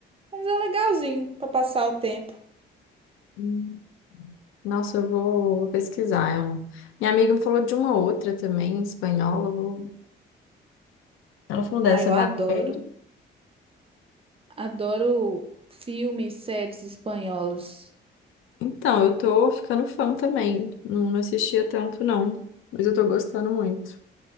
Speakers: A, on the right; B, on the left.
A: Mas é legalzinho pra passar o tempo.
B: Hum, Nossa, eu vou, vou pesquisar ela. Minha amiga me falou de uma outra também, em espanhola. eu vou- Ela falou dessa,
A: Ah, eu adoro.
B: Valéria.
A: Adoro filmes, séries espanholos.
B: Então, eu tô ficando fã também. Não, não assistia tanto, não. Mas eu tô gostando muito.